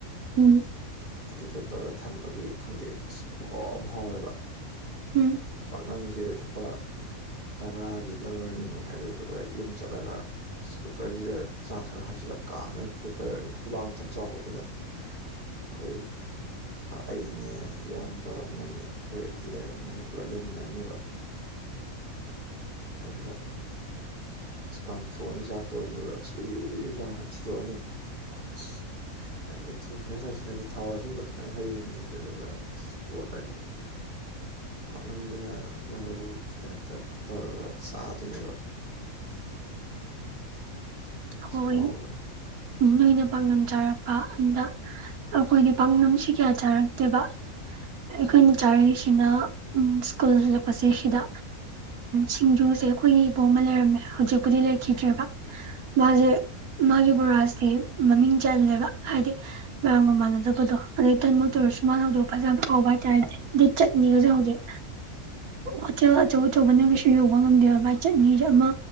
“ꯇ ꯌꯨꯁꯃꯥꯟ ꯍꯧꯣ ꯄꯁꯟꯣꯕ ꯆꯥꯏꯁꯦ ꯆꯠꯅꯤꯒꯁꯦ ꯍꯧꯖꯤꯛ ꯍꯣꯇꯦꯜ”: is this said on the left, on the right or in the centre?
Right